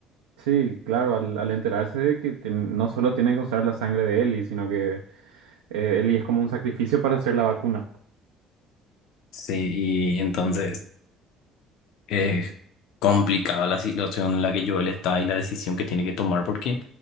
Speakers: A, on the right; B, on the left.
A: Sí, claro, al, al enterarse de que tien- no solo tienen que usar la sangre de Ellie, sino que eh, Ellie es como un sacrificio para hacer la vacuna.
B: Sí, y entonces... Es complicada la situación en la que Joel está y la decisión que tiene que tomar porque